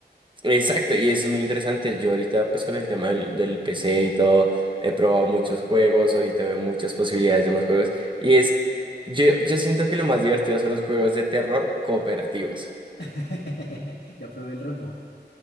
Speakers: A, on the right; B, on the left.
A: Exacto, y eso es muy interesante. Yo ahorita, pues con el tema del, del PC y todo, he probado muchos juegos, ahorita veo muchas posibilidades de más juegos. Y es, yo, yo siento que lo más divertido son los juegos de terror cooperativos.
B: <laughs> Ya probé el repo.